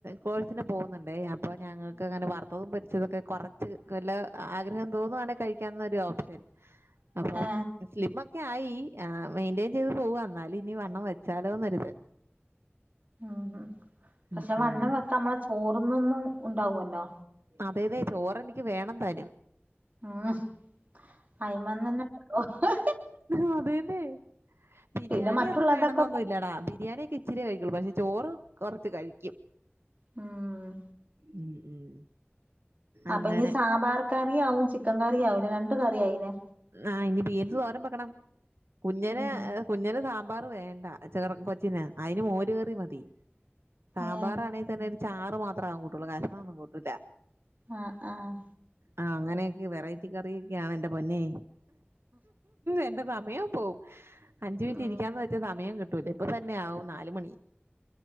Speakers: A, on the right; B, on the right.
A: കോഴ്സിന് പോകുന്നുണ്ടേ അപ്പോ ഞങ്ങക്കങ്ങനെ വറുത്തതും പൊരിച്ചതൊക്കെ കൊറച്ച് വല്ല ആഗ്രഹം തോന്നുവാണേ കഴിക്കാവുന്ന ഒരു ഓപ്ഷൻ അപ്പം
B: ഏ
A: സ്ലിം ക്കെ ആയി മെയിന്റെയിൻ ചെയ്ത് പോവ എന്നാല് ഇനി വണ്ണം വെച്ചാലോന്നൊരിത്
B: ഉം പക്ഷെ
A: ഉം
B: വണ്ണം
A: ഉം
B: വെക്കാ നമ്മള ചോറ്ന്നൊന്നും ഉണ്ടാവല്ലോ.
A: അതെയതെ ചോറെനിക്ക് വേണം താനും.
B: ആഹ് അയിമന്നന്നെ ഓഹോഹ്
A: ആഹ് അതേന്നെ. ബിരിയാണി
B: പിന്നെ മറ്റുള്ളതൊക്കെ
A: ഒന്നും വേണംന്നൊന്നു ല്ലടാ. ബിരിയാണിയൊക്കെ ഇച്ചിര്യേ കഴിക്കുള്ളൂ പക്ഷെ ചോറ് കൊറച്ച് കഴിക്കും.
B: ഉം
A: ഉം ഉം
B: അപ്പ
A: അങ്ങനെ
B: ഞ്ഞ് സാമ്പാർ കറിയാവും ചിക്കൻ കറിയാവൂലെ രണ്ട് കറി ആയിലെ.
A: ആഹ് ഇനി ബീൻസ് തോരം വെക്കണം. കുഞ്ഞന്
B: ഉം
A: കുഞ്ഞന് സാമ്പാർ വേണ്ട. ചേർ കൊച്ചിന്. അയ്ന് മോര് കറി മതി. സാമ്പാറാണെങ്കി
B: ഏ
A: തന്നെ ഒരു ചാറ് മാത്രാ അവൻ കൂട്ടൊള്ളൂ കാ അതൊന്നും കൂട്ടൂല്ല.
B: ആഹ് ആഹ്
A: ആഹ് അങ്ങനെയൊക്കെ വെറൈറ്റി കറിയൊക്കെയാണ് എൻ്റെ പൊന്നെ. എന്റെ സമയവും പോവും. അഞ്ച് മിനിറ്റ്
B: ഉം
A: ഇരിക്കാന്ന് വെ ച്ച സമയം കിട്ടൂല്ല ഇപ്പ തന്നെ ആവും നാല് മണി.